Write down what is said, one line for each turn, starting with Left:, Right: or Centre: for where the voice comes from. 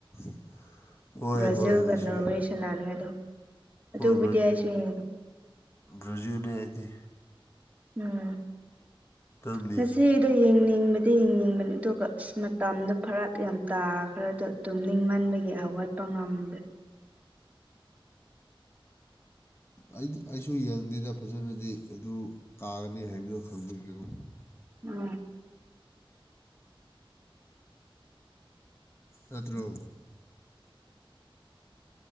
Left: <inaudible> ꯍꯣꯏ
Right: ꯕ꯭ꯔꯥꯖꯤꯜꯒ
Left: ꯍꯣꯏ ꯉꯁꯤ
Right: ꯅꯣꯔꯋꯦ ꯁꯥꯟꯅꯅꯤꯡꯉꯥꯏꯗꯣ ꯑꯗꯨꯕꯨꯗꯤ
Left: ꯍꯣꯏ
Right: ꯑꯩꯁꯨ ꯌꯦꯡꯉꯦ
Left: ꯭ꯕꯔꯖꯤꯅꯤ ꯑꯩꯗꯤ
Right: ꯎꯝ
Left: ꯅꯪꯗꯤ
Right: ꯉꯁꯤꯗꯣ ꯌꯦꯡꯅꯤꯡꯕꯗꯤ ꯌꯦꯡꯅꯤꯡꯕꯅꯤ ꯑꯗꯨꯒ ꯑꯁ ꯃꯇꯝꯗꯣ ꯐꯔꯛ ꯌꯥꯝ ꯇꯥꯈ꯭ꯔꯗꯣ ꯇꯨꯝꯅꯤꯡꯃꯟꯕꯒꯤ ꯍꯧꯒꯠꯄ ꯉꯝꯗ꯭ꯔꯦ
Left: ꯑꯩꯗꯤ ꯑꯩꯁꯨ ꯌꯦꯡꯗꯦꯗ ꯐꯖꯅꯗꯤ ꯑꯗꯨ ꯇꯥꯒꯅꯤ ꯍꯥꯏꯕꯗꯨ ꯈꯪꯕꯤꯒꯣ
Right: ꯎꯝ
Left: ꯇꯗ꯭ꯔꯣ